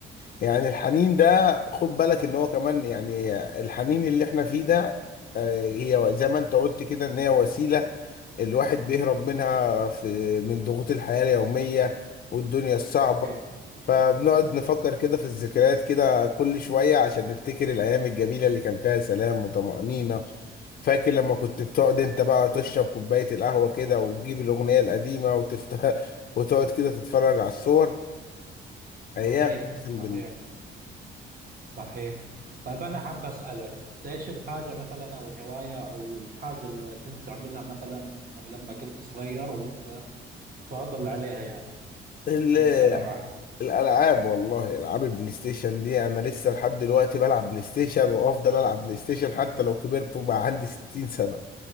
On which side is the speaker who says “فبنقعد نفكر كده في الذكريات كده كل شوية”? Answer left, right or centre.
Left